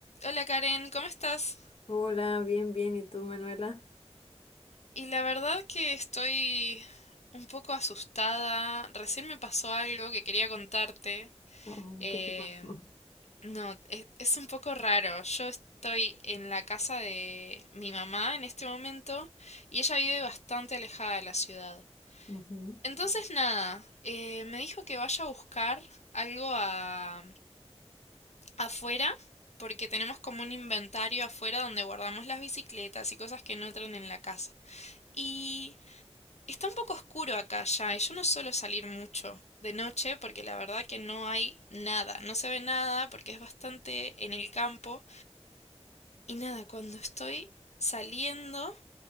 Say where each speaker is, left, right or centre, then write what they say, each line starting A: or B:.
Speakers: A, on the left; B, on the left.
A: Hola Karen, ¿cómo estás?
B: Hola, bien, bien. ¿Y tú, Manuela?
A: Y la verdad que estoy un poco asustada. Recién me pasó algo que quería contarte.
B: Oh,
A: Eh,
B: ¿qué te pasó?
A: no, es, es un poco raro. Yo estoy en la casa de mi mamá en este momento y ella vive bastante alejada de la ciudad.
B: Ujú,
A: Entonces nada, eh, me dijo que vaya a buscar algo a- afuera porque tenemos como un inventario afuera donde guardamos las bicicletas y cosas que no entran en la casa. Y está un poco oscuro acá ya, y yo no suelo salir mucho de noche porque la verdad que no hay nada, no se ve nada porque es bastante en el campo. Y nada, cuando estoy saliendo,